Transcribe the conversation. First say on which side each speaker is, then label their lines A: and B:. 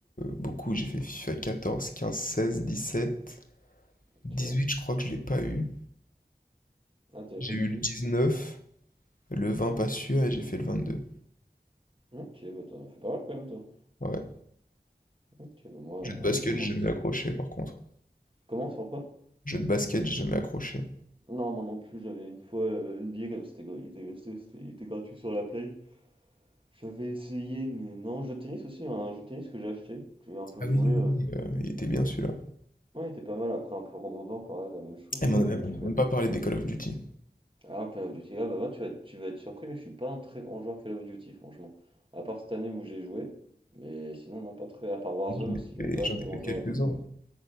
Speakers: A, on the left; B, on the right.
A: beaucoup. J'ai fait FIFA 14, 15, 16, 17,
B: Ok.
A: 18, je crois que je l'ai pas eu.
B: Ah, t'es
A: J'ai
B: Apple
A: eu
B: huit
A: le 19. Le 20, pas sûr, et j'ai fait le 22.
B: Ok, bah t'en fais pas mal quand même toi.
A: Ouais.
B: Ok, bah moi,
A: Jeu de basket,
B: euh, j'ai commencé
A: j'ai jamais
B: sur...
A: accroché, par contre.
B: Comment, sur quoi?
A: Jeu de basket, j'ai jamais accroché.
B: Non, moi non plus, j'avais une fois euh, NBA, comme c'était, gra- il était, c'était- c'était- il était gratuit sur la Play. J'avais essayé, mais non. Jeu de tennis aussi, hein, un jeu de tennis que j'ai acheté. que J'ai un peu joué.
A: Oui, oui.
B: euh, que-
A: euh, il était bien celui-là.
B: Ouais, il était pas mal, après un peu redondant, pareil, la même chose,
A: Eh, mais
B: mais
A: on avait- on
B: j'ai
A: n'a
B: quand
A: même pas parlé des Call of Duty.
B: Alors, Call of Duty, ah bah moi, tu vas, tu vas être surpris, mais je suis pas un très grand joueur Call of Duty, franchement. À part cette année où j'ai joué, mais sinon, non, pas très... À part Warzone
A: Moi, J'en
B: aussi,
A: ai
B: mais pas
A: fait, j'en
B: très
A: ai
B: grand
A: fait quelques-uns.
B: joueur et toi.